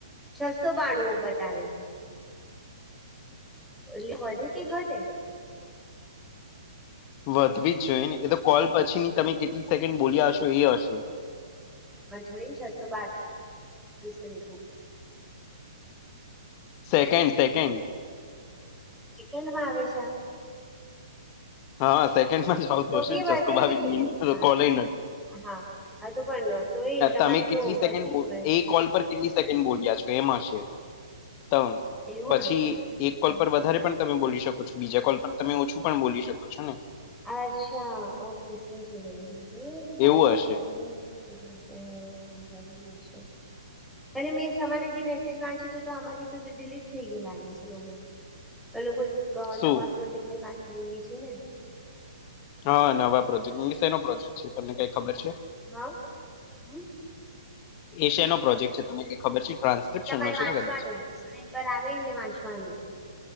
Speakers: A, in the centre; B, on the left.
A: છસો બાણુઓ બતાવે છે. એલી વધે કે ઘટે.
B: વધવી જ જોઈએ ને એ તો કોલ પછી ની તમે કેટલી સેકન્ડ બોલ્યા હશો એ હશે.
A: પણ થોડી ને છસો બારીસ મિનિટ.
B: Second second.
A: વેકેન્ડ માં આવે છે આ
B: હા સેકન્ડ માં જ આવતું
A: તો
B: હશે
A: બી
B: ને
A: વધે
B: ચસ્ુ ભાવ
A: ને હા
B: કોલીંગ.
A: પણ હા તો પણ તો એ તમારે
B: તમે કેટલી
A: તો વધવી
B: સેકન્ડ
A: જ હોય
B: એ કોલ પર કેટલી સેકન્ડ બોલ્યા છો એમાં હ છે. તો
A: એવું
B: પછી
A: હશે
B: એક કોલ
A: હા
B: પર વધારે પણ તમે બોલી શકો છો બીજા કોલ પર તમે ઓછું પણ બોલી શકો છો ને.
A: અચ્છા ઓકે સમજીજી ગઈ હ વિદા
B: એવું હશે
A: વધી હા હા બરોબર છે. અને મેં સવાર જે મેસેજ વાંચ્યો હતું આમાંથી ડડીલીટ થઈ ગયું લાગે છે મને. એે લોકોઈ
B: શું
A: નવા પ્રોજેક્ટ ની વાત થયેલી છે ને.
B: હા નવા પ્રોજેક્ટ નો પ્રોજેક્ટ છે તમને કઈ ખબર છે.
A: હા હમ.
B: એશિયા નો પ્રોજેક્ટ છે તમને ખબર છે. ટ્રાન્સક્રિપ્શન
A: એઈ તમારે
B: નો છે
A: વાંચવાનું
B: ને કદાચ
A: સ્ક્રીન પર આવે ને વાંચવાનું.